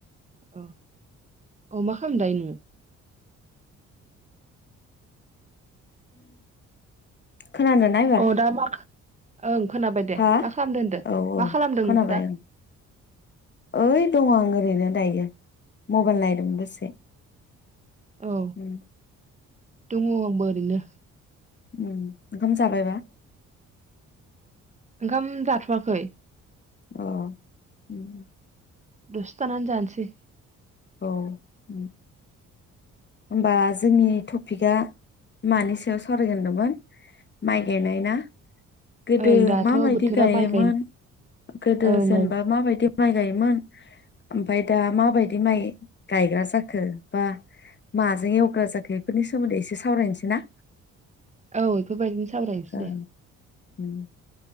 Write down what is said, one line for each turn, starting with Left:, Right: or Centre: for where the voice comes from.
Right: औ अ मा <unintelligible> नोङो
Left: <inaudible> खोनादोंना एबार
Right: अ दा मा ओं खोनाबाय दे
Left: हा
Right: मा खालामदों होनदों
Left: औ
Right: मा
Left: औ
Right: खालामदों
Left: खोनाबाय
Right: नोंखौ दा
Left: आं ओइ दङ आं ओरैनो दायो मबाइल नायनो दों दसे
Right: औ
Left: उम
Right: दङ आंबो ओरैनो
Left: उ ओंखाम जाबायबा
Right: ओंखाम जाथवाखै
Left: अ उम
Right: दसे थानानै जानोसै
Left: औ उम। होमबा जोंनि टपिकआ मानि सायाव सावरायगोन होनदोंमोन माइ गायनाय ना गोदो
Right: ओं दाथ'
Left: मा बायदि
Right: बोथोरा
Left: गायोमोन
Right: माइ गायनो
Left: गोदो
Right: ओं
Left: जेनेबा
Right: ओं
Left: माबायदि माइ गायोमोन ओमफ्राय दा माबायदि माइ गायग्रा जाखो बा माजों एवग्रा जाखो बेफोरनि सोमोन्दै एसे सावरायनोसै ना
Right: औ बेफोरबायदिनो सावरायनोसै
Left: ओ
Right: दे
Left: उम